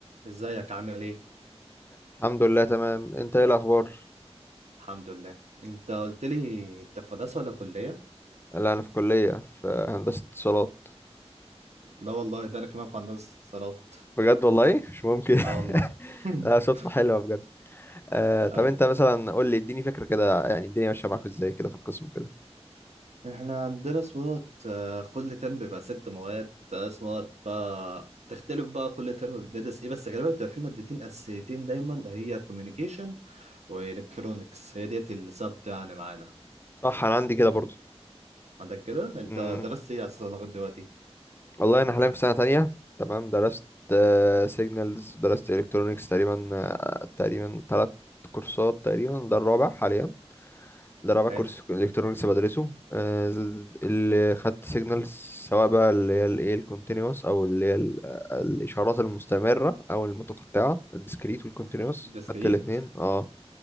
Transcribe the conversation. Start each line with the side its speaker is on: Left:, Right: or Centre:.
Right: ازيك عامل ايه؟
Left: الحمد لله تمام انت ايه الاخبار
Right: الحمد لله انت قلت لي انت في هندسه ولا كليه؟
Left: لا انا في كليه في هندسه اتصالات
Right: لا والله ده انا كمان في هندسه اتصالات
Left: بجد والله مش ممكن <laughs>
Right: اه والله <laughs>
Left: لا صدفه حلوه بجد آه طب
Right: اوي
Left: انت مثلا قول لي اديني فكره كده يعني الدنيا ماشيه معاك ازاي كده في القسم كده
Right: احنا عندنا اسمه دوت آه، كل ترم بيبقى ست مواد آه، اسمه دوت بقى بتختلف بقى كل ترم بندرس ايه بس غالبا بتبقى في مادتين اساسيتين دايما هي كوميونيكيشن والكترونكس هي ديت السبت يعني معانا
Left: صح انا عندي كده برضو
Right: عندك كده انت
Left: امم
Right: درست ايه اساسا لغايه دلوقتي؟
Left: والله انا حاليا في سنه تانية تمام درست سيجنالز درست الكترونيكس تقريبا آه، تقريبا ثلاث كورسات تقريبا ده الرابع حاليا ده رابع
Right: حلو
Left: كورس الكترونكس بدرسه آه، ز- اللي خدت سيجنالز سواء بقى اللي هي الايه الكونتينوس او اللي هي ال- آه، الاشارات المستمره او المتقطعه الديسكريت والكونتينوس
Right: ديسكريت
Left: خدت الاثنين اه